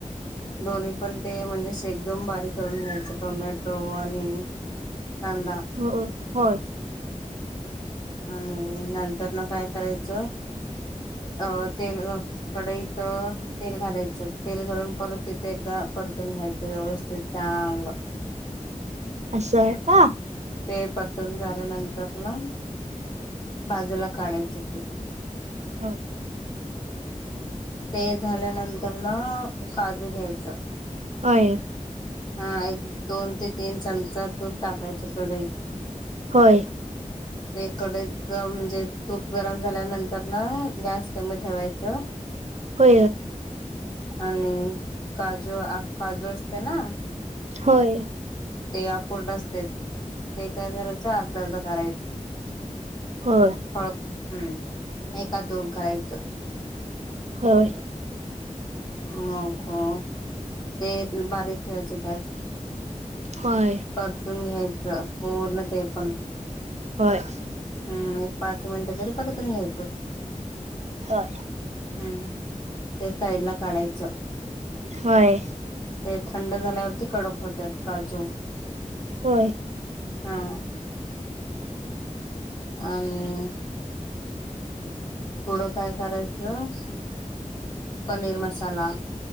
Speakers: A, on the left (about 30°); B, on the right (about 60°).
A: दोन्ही पण ते म्हणजे एकदम बारीक करून घ्यायचे टोमॅटो आणि कांदा
B: हो होय
A: आणि नंतर न काय करायचं अ तेल कडे इथं तेल घालायचं तेल घालून परत तिथे एकदा परतून घ्यायचं व्यवस्थित चांगलं.
B: असंय का
A: ते परतून झाल्या नंतरला बाजूला काढायचं ते
B: होय
A: ते झाल्यानंतर ना काजू घ्यायचं.
B: होय
A: हा एक दोन ते तीन चमचा तूप टाकायचं कढईत
B: होय
A: ते कढईत म्हणजे तूप गरम झाल्यानंतर ना गॅस कमी ठेवायचं.
B: हो
A: आणि काजू काजू असते ना
B: होय
A: ते आपूर्ण असते ते काय करायचं अर्धा अर्धा करायचा
B: हो
A: फळक हम्म एका दोन करायचं
B: होय
A: मगो ते बारीक ठेवायचें का
B: होय
A: परतून घ्यायचं पूर्ण ते प
B: होय
A: हम् एक पाच मिनटं तरी परत घेतो
B: हो
A: हम्म त्या साईड ला काढायचं
B: होय
A: ते थंड झाल्यावरती कडक होतात काजू
B: हो
A: हा आणि पुढं काय करायचं पनीर मसाला